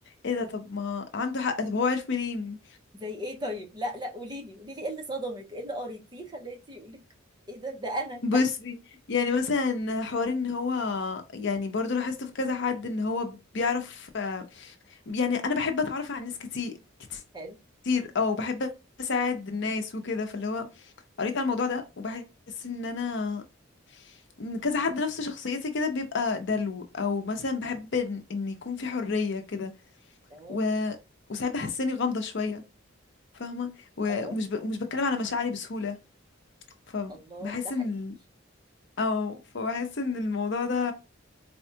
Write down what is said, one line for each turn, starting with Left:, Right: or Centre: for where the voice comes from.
Left: ايه ده طب ما عنده حق طب هو عارف منين
Right: زي ايه طيب لا لا قولي لي قولي لي ايه اللي صدمك ايه اللي قريتيه خليتي يقولك ايه ده ده انا
Left: بصي يعني مثلا حوار ان هو يعني برضو لاحظت في كذا حد ان هو بيعرف آه، يعني انا بحب اتعرف على ناس كتير
Right: حلو
Left: كتير او بحب اساعد الناس وكده فاللي هو قريت على الموضوع ده وبحس ان انا إن كذا حد نفس شخصيتي كده بيبقى دلو او مثلا بحب ان إن يكون في حرية كده
Right: اه
Left: و... وساعات بحس اني غامضة شوية فاهمة و...
Right: اه
Left: ومش ب... ومش بتكلم على مشاعري بسهولة فبحس
Right: الله ده حقيقي
Left: ان ال- او فبحس ان الموضوع ده